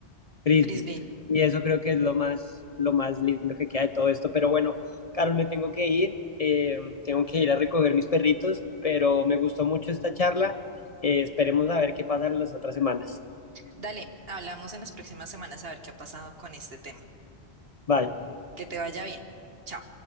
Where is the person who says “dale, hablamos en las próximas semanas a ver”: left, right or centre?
Right